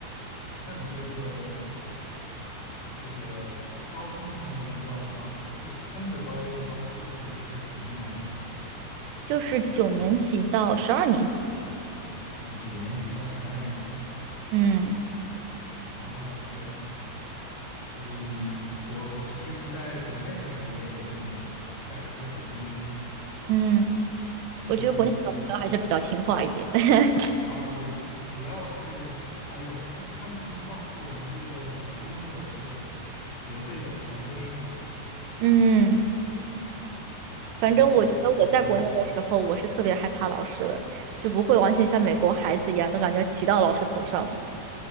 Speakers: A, on the left (about 85°); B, on the right (about 85°).
A: 那你这个这个高中他年龄段我忘了，他是他们的高一到高四是是什么年龄段呢？
B: 就是九年级到十二年级。
A: 啊，九年级到十二年级。
B: 嗯
A: 哦，这样。所以我我其实在国内的时候也有这种代课的经历，
B: 嗯，
A: 但是我
B: 我觉得国内小朋友还是比较听话一点的。<laughs>
A: 啊，对，主要是啊，也不是他们听话，是我们这个老师拥有这个绝对的权威，是吧？
B: 嗯。
A: 所以他，
B: 反正我觉得我在国内的时候，
A: 嗯，
B: 我是特别害怕老师的，就不会完全像美国孩子一样，都感觉骑到老师头上了。